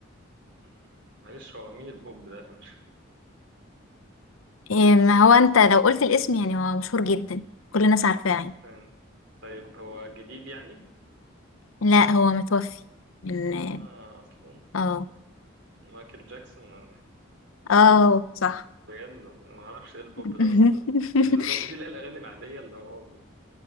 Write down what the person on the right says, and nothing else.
مم. معلش هو مين البوب ده عشان مش
<laughs>
استنى طيب هو جديد يعني
اه اصلا
مايكل جاكسون ولا إيه؟
بجد أنا ما اعرفش ايه البوب
ده اصلا مش البوب دي اللي هي الاغاني العاديه اللي هو